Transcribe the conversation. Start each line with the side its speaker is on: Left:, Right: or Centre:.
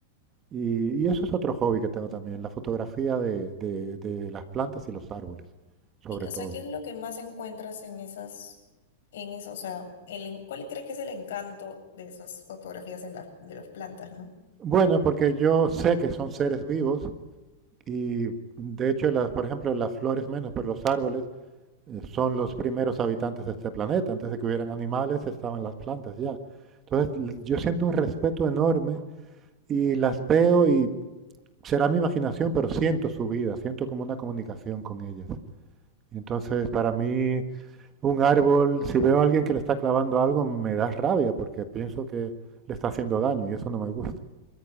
Right: Y, y eso es otro hobby que tengo también, la fotografía de, de- de las plantas y los árboles, sobre
Left: Y, o
Right: todo.
Left: sea, ¿qué es lo que más encuentras en esas, en eso? O sea, el, en- ¿cuál crees que es el encanto de esas fotografías en las de las plantas, ¿no?
Right: Bueno, porque yo sé que son seres vivos y de hecho, las, por ejemplo, las flores menos, pero los árboles eh, son los primeros habitantes de este planeta. Antes de que hubieran animales estaban las plantas ya. Entonces yo siento un respeto enorme y las veo y será mi imaginación, pero siento su vida, siento como una comunicación con ellas. Y entonces para mí un árbol, si veo a alguien que le está clavando algo, me da rabia porque pienso que le está haciendo daño y eso no me gusta.